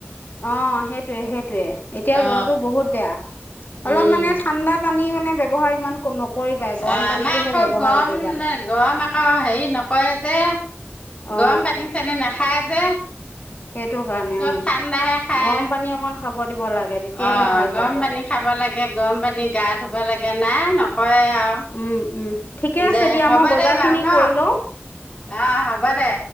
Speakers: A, on the left; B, on the left.
A: অ' সেইটোৱে সেইটোৱে। এতিয়া
B: অ
A: জ্বৰটো বহুত বেয়া অলপ
B: উম
A: মানে ঠাণ্ডা পানী মানে ব্যৱহাৰ ইমান নকৰিবাই গৰম
B: অ'
A: পানীটোহে
B: আমাৰ আকৌ
A: ব্যৱহাৰ
B: গৰম
A: কৰিবা
B: ন গৰম আকৌ হেৰি নকৰে যে,
A: অ
B: গৰম পানী চানী নাখায় যে।
A: সেইটো কাৰণে
B: চব
A: উ,
B: ঠাণ্ডাহে খায়
A: গৰম পানী অকন খাব দিব লাগে। তেতিয়াহে
B: অ'
A: ভাল
B: গৰম
A: পাব
B: পানী খাব লাগে গৰম পানী গা ধুব লাগে, নাই নকৰে আউ
A: উম উম ঠিকে আছে
B: দে
A: দিয়া
B: হ'ব
A: মই বজাৰ
B: দে বাউ
A: খিনি
B: ন
A: কৰি লওঁ
B: অ হ'ব দে।